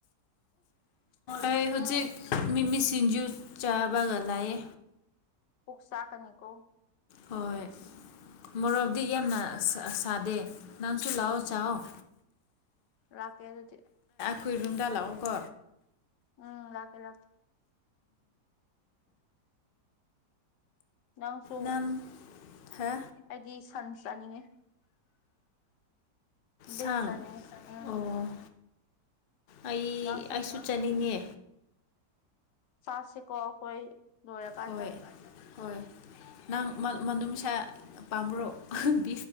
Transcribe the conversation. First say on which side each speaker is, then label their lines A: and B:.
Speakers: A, on the left (about 50°); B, on the left (about 75°).
A: ꯑꯩ ꯍꯨꯖꯤꯛ
B: ꯎꯝ
A: ꯃꯤꯃꯤ ꯁꯤꯡꯖꯨ ꯆꯥꯕꯒ ꯂꯥꯌꯦ
B: ꯑꫭꯛ ꯆꯥꯛꯀꯅꯤ ꯀꯣ
A: ꯍꯣꯏ ꯃꯣꯔꯣꯛꯗꯤ ꯌꯥꯝꯅ ꯁ-ꯁꯥꯗꯦ ꯅꯪꯁꯨ ꯂꯥꯑꯣ ꯆꯥꯋꫭ
B: ꯂꯥꯛꯀꯦ ꯑꯗꯨꯗꯤ
A: ꯈꯣꯏꯔꯨꯝꯗ ꯂꯥꯛꯑꯣꯀꯣ
B: ꯎꯝ ꯂꯥꯛꯀꯦ ꯂꯥꯛꯀꯦ ꯅꯪꯁꯨ
A: ꯅꯝ ꯍꯥ
B: ꯑꯩꯗꯤ ꯁꯟ ꯆꯥꯅꯤꯡꯉꯤ ꯕꯤꯁ
A: ꯁꯥꯡ
B: ꯆꯥꯅꯤꯡꯉꯤ ꯎꯝ
A: ꯑꯣ ꯑꯩ
B: ꯅꯪ ꯁꯟ
A: ꯑꯩꯁꯨ ꯆꯠꯅꯤꯡꯉꯦ
B: ꯆꯥꯁꯤꯀꯣ ꯑꯈꫭꯏ ꯂꫭꯏꯔ ꯀꯥꯟꯗ
A: ꯍꯣꯏ ꯍꯣꯏ ꯅꯪ ꯃ-ꯃꯅꯨꯡꯁꯥ ꯄꯥꯝꯕ꯭ꯔꯣ <unintelligible>